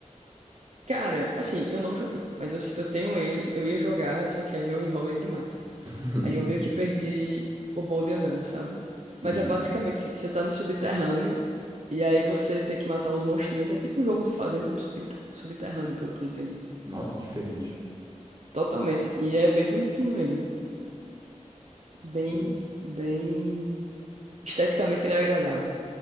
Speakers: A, on the right; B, on the right.
A: Cara, assim, eu não joguei, mas eu, eu tenho ele, eu ia jogar, só que aí eu enrolei demais.
B: <laughs>
A: Aí eu meio que perdi o bonde andando, sabe? Mas
B: Entendi.
A: é basicamente, você tá no subterrâneo e aí você tem que matar uns monstrinhos. É tipo um jogo de fazenda no sub- subterrâneo, pelo que eu entendi.
B: Nossa, diferente.
A: Totalmente. E é bem bonitinho ele. Bem,
B: Hum,
A: bem. Esteticamente ele é agradável.